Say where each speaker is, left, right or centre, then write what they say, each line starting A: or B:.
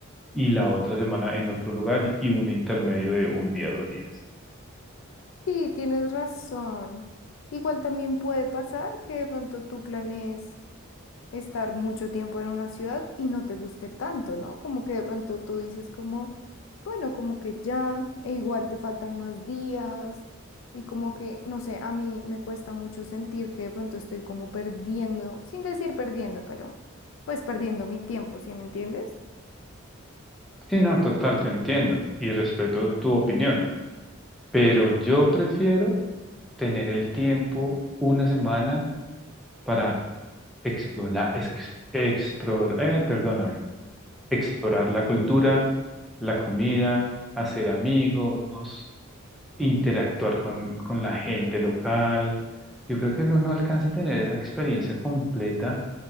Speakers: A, in the centre; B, on the left.
A: y la otra semana en otro lugar y un intermedio de un día, dos días.
B: Sí, tienes razón. Igual también puede pasar que de pronto tú planees. estar mucho tiempo en una ciudad y no te guste tanto, ¿no? Como que de pronto tú dices como, bueno, como que ya, e igual te faltan más días y como que, no sé, a mí me cuesta mucho sentir que de pronto estoy como perdiendo, sin decir perdiendo, pero pues perdiendo mi tiempo, ¿sí me entiendes?
A: Sí, no, total, te entiendo y respeto tu opinión, pero yo prefiero tener el tiempo una semana para explorar, perdóname, explorar la cultura, la comida, hacer amigos, interactuar con, con la gente local. Yo creo que uno no alcanza a tener esa experiencia completa